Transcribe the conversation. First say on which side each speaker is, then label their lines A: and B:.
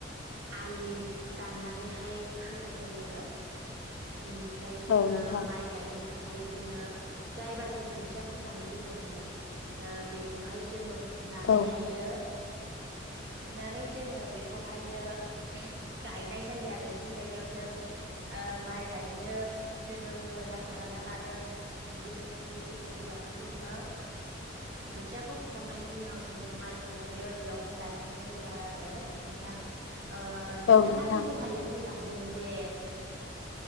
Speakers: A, on the right (about 65°); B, on the left (about 75°).
A: आलि दाननानैहाय खोनाय जायो। बिनिफ्राय जोङो
B: औ नोंथां
A: माइ गायनो थाख फाय जोङो। जायबा जों खोथिया फोनानै दोनदोंमोन ओ बेखौहाय जोङो फुनानैहायो
B: औ
A: फुनानै जोङो बे बेवहायो गायनाय जायो आरो जि जायगायाव जों ओ माइ गायनो जोङो मोजां खालामना लादों दुब्लि फोथारखौ जोङो बेयावहाय जोङो खोथियाखौ फुखांनायनि उनाव जोङो माइखौहायो बेयावहाय गायहैनाय जायो आरो नोंथां। ओ नोंथाङा
B: औ नोंथां
A: दि दहायो बुंलांदों जे